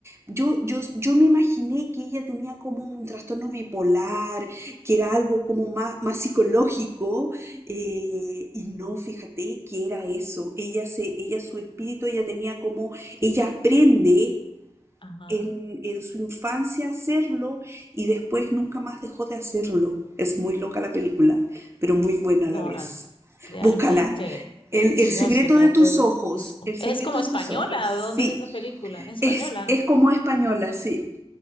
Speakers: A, on the right (about 25°); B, on the left (about 55°).
A: Yo, yo, yo me imaginé que ella tenía como un trastorno bipolar, que era algo como más, más psicológico, eh, y no, fíjate que era eso. Ella se, ella, su espíritu, ella tenía como, ella aprende
B: ajá,
A: en, en su infancia hacerlo y después nunca más dejó de hacerlo. Es muy loca la película, pero muy buena a
B: no,
A: la vez.
B: Ran- realmente,
A: Búscala. El,
B: si
A: el secreto
B: no, si yo tengo
A: de tus
B: que, bus-
A: ojos,
B: bus-
A: el secreto
B: es como
A: de
B: española,
A: tus ojos, sí,
B: ¿de dónde es esa película? ¿Es española.
A: es, es como española, sí,